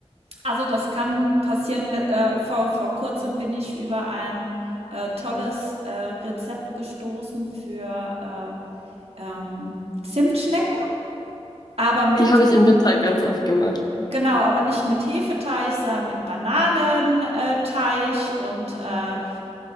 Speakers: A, on the right; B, on the left.
A: also, das kann passieren. Le äh, vor vor Kurzem bin ich über ein, äh, tolles, äh, Rezept gestoßen für, äh, ähm, Zimtschnecken, aber mit
B: Die habe ich im Winter ganz oft gemacht.
A: Genau, aber nicht mit Hefeteig, sondern mit Bananenteig und äh, äh,